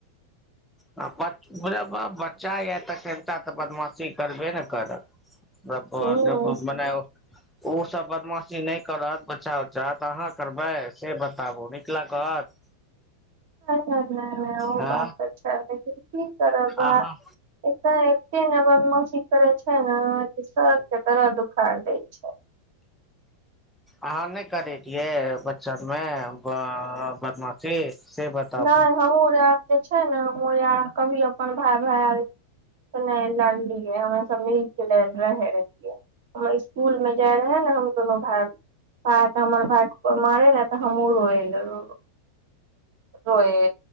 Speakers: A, in the centre; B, on the right (about 50°).
A: <unintelligible> बच्चा यऽ तऽ कनिटा तऽ बदमाशी करबे ने करत <unintelligible>
B: हूँ <inaudible>
A: उ सब बदमाशी नय करत बच्चा उच्चा तऽ अहाँ करबै से बताबु निक लगत
B: नय - नय, नय - नय ओ
A: हँ
B: बात तऽ छै लेकिन की करब <unintelligible>
A: अहाँ
B: एते एते नऽ बदमाशी करे छै नऽ कि सर केँ दरद उखाइड़ देय छै
A: अहाँ नय करै रियै बच्चा मे ब - बदमाशी से बताबू
B: नय हमहूँ रैब तऽ छै नऽ हमहूँ आय कभी अपन भाइ भैयारी से नय लड़लियै हमरा सब मिलके ल रहे रही हमर इसकुल मे जे रहेै नऽ हम दू भाइ साथ हमर भाय कऽ कोइ मरे नऽ तऽ हमहु रोए ल रेबइ रोए